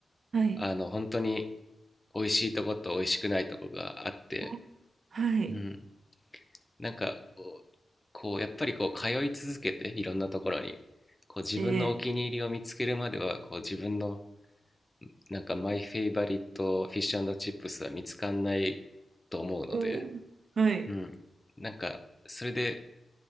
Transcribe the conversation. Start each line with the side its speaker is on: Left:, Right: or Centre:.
Right: はい。
Left: あの、本当に美味しいとこと美味しくないとこがあって、
Right: あはい。
Left: うん、なんか、こう、やっぱりこう、通い続けて、いろんなところに、こう、自分のお気に入りを見つけるまでは、
Right: ええ。
Left: こう、自分の、なんか、マイフェイバリットフィッシュチップスは見つかんないと思うので、
Right: おーはい。
Left: うん。なんか、それで